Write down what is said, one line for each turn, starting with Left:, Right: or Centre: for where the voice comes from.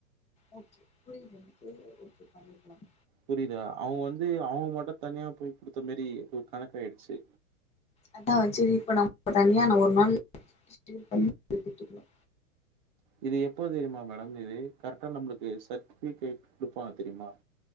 Left: ஓகே புரியுது புரியுது ஓகே பண்ணிக்கலாம்
Right: புரியுதா அவுங்க வந்து அவுங்க மட்டும் தனியா போய் குடுத்த மாரி ஒரு கணக்க ஆயிடுச்சு
Left: அதா வச்சு இப்ப நம் இப்ப தனியா நா ஒரு நாள் <inaudible>
Right: இது எப்போ தெரியுமா மேடம் இது கரெக்டா நம்மளுக்கு சர்டிபிகேட் குடுப்பா தெரியுமா